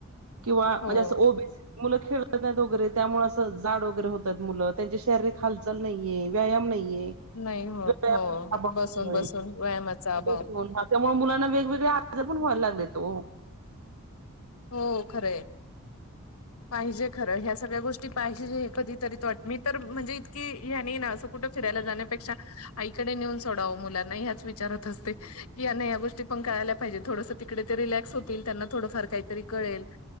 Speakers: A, on the right; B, on the left.
A: किंवा
B: हो
A: म्हणजे असं ओबीसी मुलं खेळत नाहीत वगैरे त्यामुळे असं जाड वगैरे होतात मुलं त्यांची, शारीरिक हालचाल नाहीये व्यायाम नाहीये.
B: नाही होत
A: <unintelligible>
B: हो बसून बसून व्यायामाचा अभाव
A: त्यामुळे मुलांना वेगवेगळे आजार पण व्हाय लागलेत ओ.
B: हो खरे पाहिजे खरं ह्या सगळ्या गोष्टी पाहिजे जे कधीतरी तो वाट मी तर म्हणजे इतकी हह्यानी न असं कुठं फिरायला जाण्यापेक्षा आईकडे नेऊन सोडावं मुलांना ह्याच विचारत असते. की या गोष्टी पण कळायला पाहिजे थोडंसं, तिकडे ते रिलॅक्स होतील, त्यांना थोडं फार काय. तरी कळेल